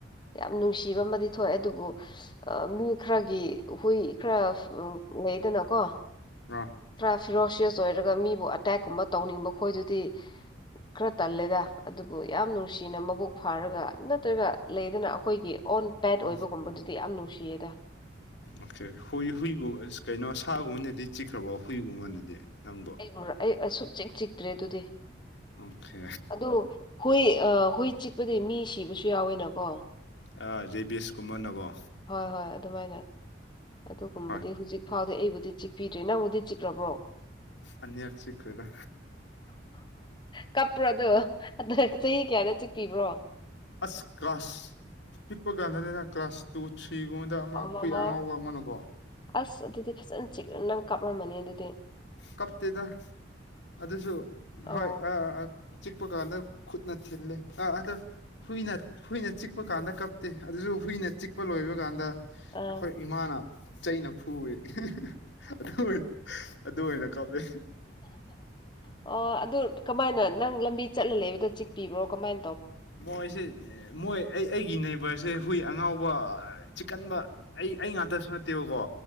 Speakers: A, on the left (about 25°); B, on the left (about 70°).
A: ꯌꯥꯝ ꯅꯨꯡꯁꯤꯕ ꯑꯃꯗꯤ ꯊꯣꯛꯑꯦ ꯑꯗꯨꯕꯨ ꯃꯤ ꯈꯔꯒꯤ ꯍꯨꯏ ꯈꯔ ꯂꯩꯗꯅꯀꯣ
B: ꯑ
A: ꯈꯔꯥ ꯐꯤꯔꯣꯁꯤꯌꯁ ꯑꯣꯏꯔꯒ ꯃꯤꯕꯨ ꯑꯇꯦꯛꯀꯨꯝꯕ ꯇꯧꯅꯤꯡꯕ ꯈꯣꯏꯗꯨꯗꯤ ꯈꯔ ꯇꯜꯂꯦꯗ ꯑꯗꯨꯕꯨ ꯌꯥꯝ ꯅꯨꯡꯁꯤꯅ ꯃꯕꯨꯛ ꯐꯥꯔꯒ ꯅꯠꯇ꯭ꯔꯒ ꯂꯩꯗꯅ ꯑꯩꯈꯣꯏꯒꯤ ꯑꯣꯟ ꯄꯦꯠ
B: ꯎꯝ
A: ꯑꯣꯏꯕꯒꯨꯝꯕꯗꯨꯗꯤ ꯌꯥꯝ ꯅꯨꯡꯁꯤꯌꯦꯗ
B: ꯑꯣꯀꯦ ꯍꯨꯏ ꯍꯨꯏꯕꯨ ꯀꯩꯅꯣ ꯁꯥꯒꯨꯝꯕꯅꯗꯤ ꯆꯤꯛꯈ꯭ꯔꯕꯣ ꯍꯨꯏꯒꯨꯝꯕꯅꯗꯤ ꯅꯪꯗꯣ
A: ꯑꯩꯕꯨ ꯑꯩ ꯑꯁꯨꯛ ꯆꯤꯛ ꯆꯤꯛꯇ꯭ꯔꯦ ꯑꯗꯨꯗꯤ
B: ꯑꯣꯀꯦ
A: ꯑꯗꯨ ꯍꯨꯏ ꯍꯨꯏ ꯆꯤꯛꯄꯗꯤ ꯃꯤ ꯁꯤꯕꯁꯨ ꯌꯥꯎꯋꯦꯅꯀꯣ
B: ꯑꯥ ꯔꯦꯕꯤꯁꯀꯨꯝꯃꯅꯀꯣ
A: ꯍꯣꯏ ꯍꯣꯏ ꯑꯗꯨꯃꯥꯏꯅ ꯑꯗꯨꯒꯨꯝꯕꯗꯤ
B: ꯍꯣꯏ
A: ꯍꯧꯖꯤꯛ ꯐꯥꯎꯗꯤ ꯑꯩꯕꯨꯗꯤ ꯆꯤꯛꯄꯤꯗ꯭ꯔꯦ ꯅꯪꯕꯨꯗꯤ ꯆꯤꯛꯔꯕ꯭ꯔꯣ
B: ꯑꯅꯤꯔꯛ ꯁꯤꯈꯔꯦꯗ
A: ꯀꯞꯄ꯭ꯔꯥꯗꯣ ꯆꯍꯤ ꯀꯌꯥꯅ ꯆꯤꯛꯄꯤꯕ꯭ꯔꯣ
B: ꯑꯁ ꯀꯥ꯭ꯂꯁ ꯄꯤꯛꯄꯥꯀꯟꯗꯅꯦꯗ ꯀ꯭ꯂꯥꯁ ꯇꯨ ꯊ꯭ꯔꯤ ꯒꯨꯝꯃ ꯗ ꯑꯃ
A: ꯑꯣ
B: ꯈꯨꯏ ꯑꯉꯥꯎꯕ ꯑꯃꯅꯀꯣ
A: ꯑꯁ ꯑꯗꯨꯗꯤ ꯐꯖꯟꯅ ꯆꯤꯛ ꯅꯪ ꯀꯥꯞꯔꯝꯃꯅꯤ ꯑꯗꯨꯗꯤ
B: ꯀꯞꯇꯦꯗ ꯑꯗꯨꯁꯨ
A: ꯑꯣ
B: ꯍꯣꯏ ꯑꯑꯥ ꯆꯤꯛꯄ ꯀꯥꯟꯗ ꯈꯨꯨꯠꯅ ꯊꯤꯜꯂꯦ ꯑ ꯑꯗ ꯍꯨꯏꯅ ꯍꯨꯏꯅ ꯆꯤꯛꯄ ꯀꯥꯟꯗ ꯀꯞꯇꯦ ꯑꯗꯨꯁꯨ ꯍꯨꯏꯅ ꯆꯤꯛꯄ ꯂꯣꯏꯕ ꯀꯥꯟꯗ
A: ꯑꯥ
B: ꯑꯩꯈꯣꯏ ꯏꯃꯥꯅ ꯆꯩꯅ ꯐꯨꯔꯦ ꯑꯗꯨꯑꯣꯢ ꯑꯗꯨ ꯑꯣꯏꯅ ꯀꯥꯞꯄꯦ
A: ꯑꯣ ꯑꯗꯨ ꯀꯃꯥꯏꯅ ꯅꯪ ꯂꯝꯕꯤ ꯆꯠꯂ ꯂꯩꯕꯗ ꯆꯤꯛꯄꯤꯕ꯭ꯔꯣ ꯀꯃꯥꯏ
B: ꯃꯣꯏꯁꯦ ꯃꯣꯏ ꯑꯩ ꯑꯩꯒꯤ ꯅꯦꯕꯔꯁꯦ ꯍꯨꯏ ꯑꯉꯥꯎꯕ ꯆꯤꯛꯀꯟꯕ ꯑꯩ ꯑꯩ ꯉꯥꯛꯇꯁꯨ ꯅꯠꯇꯦꯕꯀꯣ